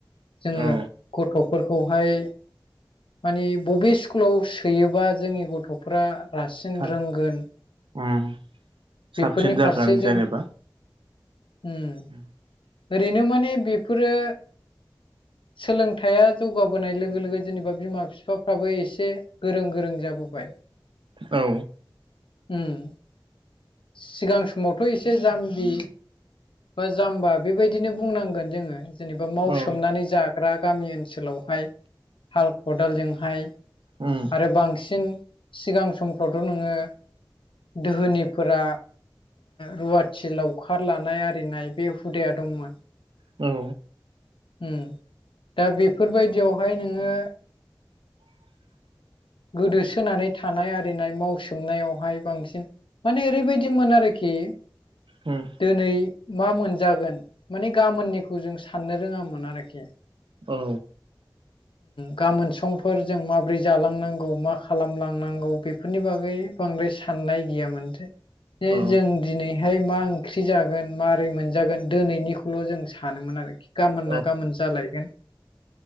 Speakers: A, on the left (about 80°); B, on the right (about 80°).
A: जोङो
B: औ
A: गथ'फोरखौहाय माने बबे स्कुलाव सोयोबा जोंनि गथ'फ्रा रासिन‌
B: था
A: सिन रोंगोन
B: उम
A: बेफोरनि
B: साबसिन जागोन
A: फारसे जों
B: जेनेबा
A: उम
B: <inaudible>
A: ओरैनो माने बेफोरो सोलोंथाइया जौगाबोनाय लोगो लोगो जेनेबा बिमा बिफाफ्राबो एसे गोरों गोरों जाबोबाय।
B: औ
A: उम सिगां समावथ' एसे जाम्बि बा जाम्बा बेबायदिनो बुंनांगोन जोङो जेनेबा मावसोमनानै
B: औ
A: जा ग्रा गामि ओनसोलावहाय हाल खदालजोंहाय
B: उम
A: आरो बांसिन सिगां समफ्रावथ' नोङो दोहोनाफोरा रुवाथि लावखार लानाय आरि नाय बे हुदाया दंमोन।
B: औ
A: उम दा बेफोरबायदियावहाय नोङो
B: <inaudible>
A: गोदोसोनानै थानाय आरिनाय मावसोमनायावहाय बांसिन माने ओरैबायदिमोन आरोखि
B: उम
A: दिनै मा मोनजागोन माने गाबोननिखौ जों साननो रोङामोन आरोखि।
B: औ
A: गाबोन समफोरजों माबोरै जालांनांगौ मा खालामलांनांगौ बेफोरनि बागै बांद्राय साननाय गैयामोनसै जे
B: औ
A: जों दिनैहाय मा ओंख्रि जागोन माबारै मोनजागोन दिनैनिखौल' जों सानोमोन आरोखि गाबोन
B: औ
A: ना गाबोन जालायगोन।